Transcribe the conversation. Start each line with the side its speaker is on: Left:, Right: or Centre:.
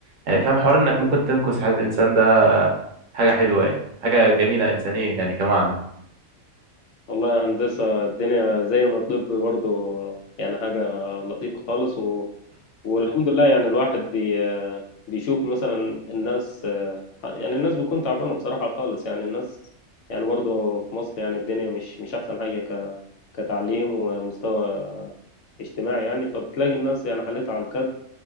Right: يعني فاهم حوار انك ممكن تنقذ حياة الانسان ده حاجة حلوة يعني حاجة جميلة انسانيا يعني كمعنى
Left: والله يا هندسة الدنيا زي ما الطب برضه يعني حاجة لطيفة خالص و... والحمد لله يعني الواحد بي... بيشوف مثلا الناس يعني الناس بتكون تعبانة بصراحة خالص يعني الناس يعني برضه في مصر يعني الدنيا مش مش أحسن حاجة ك... كتعليم ومستوى اجتماعي يعني فبتلاقي الناس يعني حالتها على الكد